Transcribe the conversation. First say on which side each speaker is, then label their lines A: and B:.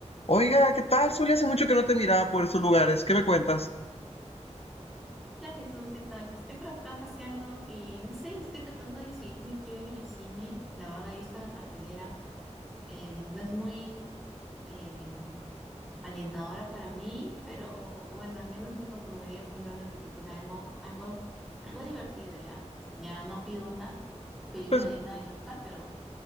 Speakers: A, on the left; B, in the centre.
A: Oiga, ¿qué tal, Zuli? Hace mucho que no te miraba por esos lugares. ¿Qué me cuentas?
B: Hola Jesús, ¿qué tal? Estoy por acá paseando y no sé, estoy tratando de decidirme qué ver en el cine. La verdad, he visto la cartelera, eh, no es muy eh, alentadora para mí, pero bueno, al menos me conformaría con ver una película algo, algo, algo divertida. Ya, ya no pido una película
A: Pues,
B: digna del Oscar, pero